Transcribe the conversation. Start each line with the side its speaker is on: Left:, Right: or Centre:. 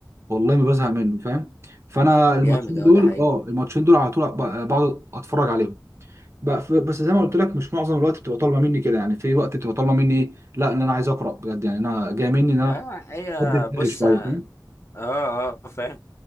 Right: والله ما بزهق منه فاهم فانا الماتشين
Left: جامد اه
Right: دول
Left: ده حقيقة
Right: اه الماتشين دول على طول ب- بقعد اتفرج عليهم ب- ف- بس زي ما قلت لك مش معظم الوقت بتبقى طالبه مني كده يعني في وقت بتبقى طالبه مني ايه لا ان انا عايز اقرا بجد يعني انا جاي مني ان انا
Left: اه هي
Right: افضي دماغي
Left: بص
Right: شويه
Left: اه
Right: فاهم
Left: اه فاهم